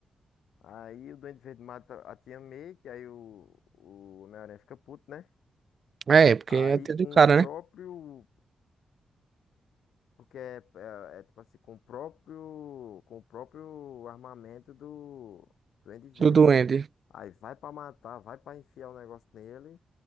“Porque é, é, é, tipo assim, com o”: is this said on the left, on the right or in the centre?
Left